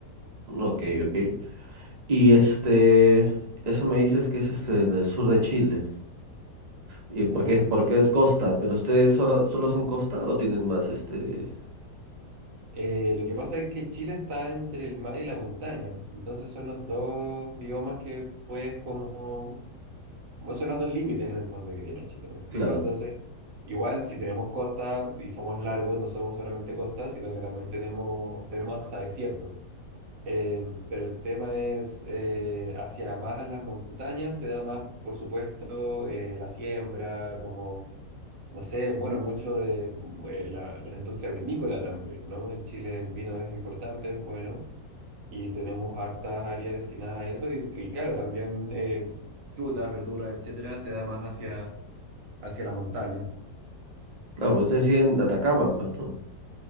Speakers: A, on the right; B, on the right.
A: Ok, ok. Y este, eso me dices que es este en el sur de Chile. ¿Y
B: en
A: por
B: el
A: qué,
B: sur
A: por
B: de Chile.
A: qué es costa? ¿Pero ustedes solo, solo son costa o tienen más este?
B: Eh, lo que pasa es que Chile está entre el mar y la montaña, entonces son los dos biomas que puedes como, bueno, son los dos límites en el fondo que tiene Chile, ¿me explico?
A: Claro.
B: Entonces, igual si tenemos costa y somos largos, no somos solamente costa, sino que también tenemos, tenemos hasta desierto. Eh, pero el tema es, eh, hacia más a las montañas se da más, por supuesto, eh, la siembra, como no sé, bueno, mucho de eh, la, la industria vinícola también, ¿no? En Chile el vino es importante, es bueno, y tenemos hartas áreas destinadas a eso, y, y claro, también eh, frutas, verduras, etcétera, se da más hacia, hacia la montaña.
A: Claro, pues ustedes siguen Atacama, pues, ¿no?